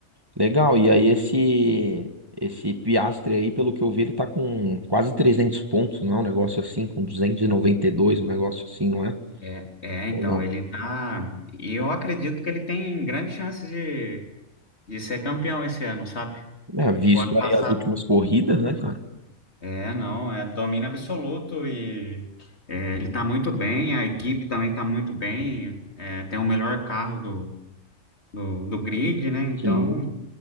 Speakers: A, on the right; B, on the left.
A: Legal. E aí esse esse Piastre aí, pelo que eu vi, ele tá com quase 300 pontos, não é? Um negócio assim, com duzentos e e noventa e dois um negócio assim, não é?
B: É, é,
A: Ou
B: então,
A: não?
B: ele tá. E eu acredito que ele tem grandes chances de, de ser campeão esse ano, sabe?
A: É, visto
B: O ano passado.
A: aí as últimas corridas, né, cara?
B: É, não, é domínio absoluto e é, ele tá muito bem, a equipe também tá muito bem, é, tem o melhor carro do, do, do grid, né? Então,
A: Sim.